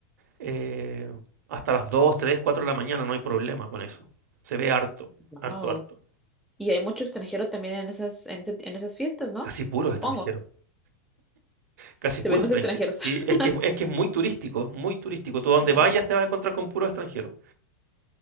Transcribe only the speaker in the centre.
Wow.
Y hay mucho extranjero también en esas, en ese- en esas fiestas, ¿no?
Supongo.
Se
ven más
extranjeros.
<laughs>
Sí.